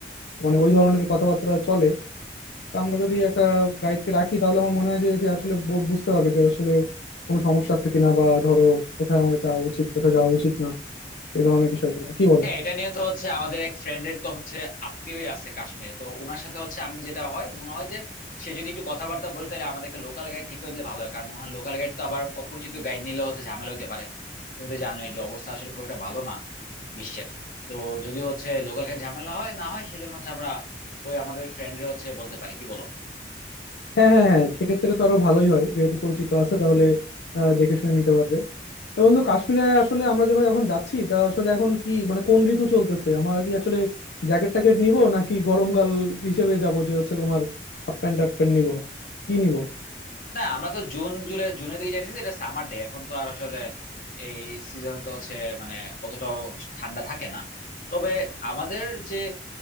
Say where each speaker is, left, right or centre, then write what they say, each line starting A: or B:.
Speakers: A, on the left; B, on the left.
A: মানে ওই ধরনের কথাবার্তা চলে তো আমরা যদি একটা গাইডকে রাখি তাহলে আমার মনে হয় যে সে আসলে বু- বুঝতে পারবে যে আসলে কোনো সমস্যা আছে কিনা বা ধরো কোথায় আমাদের যাওয়া উচিত কোথায় যাওয়া উচিত না এই ধরনের বিষয়গুলো কি বলো
B: হ্যাঁ এটা নিয়ে তো হচ্ছে আমাদের এক ফ্রেন্ডের তো হচ্ছে আত্মীয়ই আছে কাশ্মীরে তো ওনার সাথে হচ্ছে আমি যেটা হয় মনে হয় যে সে যদি একটু কথাবার্তা বলে তাহলে আমাদেরকে লোকাল গাইড ঠিক করে দিলে ভালো হয় কারণ ওখানে লোকাল গাইড তো আবার অপরিচিত গাইড নিলে হচ্ছে ঝামেলা হইতে পারে তুমি তো জানোই যে অবস্থা আসলে খুব একটা ভালো না বিশ্বের তো যদি হচ্ছে লোকাল গাইড ঝামেলা হয় না হয় সেজন্য হচ্ছে আমরা ওই আমাদের ফ্রেন্ডরে হচ্ছে বলতে পারি কি বলো
A: হ্যাঁ হ্যাঁ হ্যাঁ সেক্ষেত্রে তো আরো ভালোই হয় যেহেতু পরিচিত আছে তাহলে আহ, দেখে শুনে নিতে পারবে তো বন্ধু কাশ্মীরে আসলে আমরা যখন এখন যাচ্ছি তা আসলে এখন কি মানে কোন ঋতু চলতেছে আমরা কি আসলে জ্যাকেট ট্যাকেট নিব নাকি গরমকাল হিসেবে যাব যে হচ্ছে তোমার হাফ প্যান্ট হাফ প্যান্ট নিবো কি নিব
B: না আমরা তো জুন জুলাই জুনের দিকে যাইতেছি এটা সামার ডে এখন তো আর আসলে এই সিজন তো হচ্ছে মানে অতটাও ঠান্ডা থাকে না তবে আমাদের যে